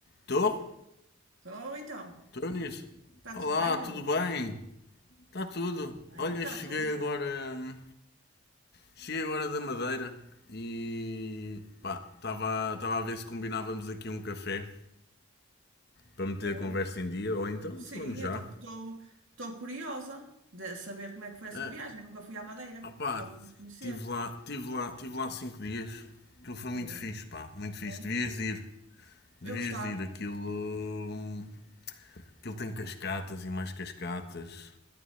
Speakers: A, on the left; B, on the right.
A: Tô?
B: Estou então.
A: Tô nisso.
B: Está
A: Olá,
B: tudo bem, Bruno?
A: tudo bem? Tá tudo.
B: Bem,
A: Olha,
B: está
A: cheguei
B: tudo.
A: agora. hum, Cheguei agora da Madeira e. pá, estava estava a ver se combinávamos aqui um café para meter
B: Boa.
A: a conversa em dia ou então
B: Sim,
A: falamos já.
B: eu estou curiosa de saber como é que foi essa
A: Ah,
B: viagem. Eu nunca fui à Madeira.
A: opá,
B: Gostava muito de conhecer.
A: tive lá, tive lá, tive lá cinco dias. Aquilo foi
B: Boa.
A: muito fixe, pá, muito fixe.
B: É?
A: Devias de ir,
B: Eu
A: devias
B: gostava.
A: de ir. Aquilo. hum, Aquilo tem cascatas e mais cascatas.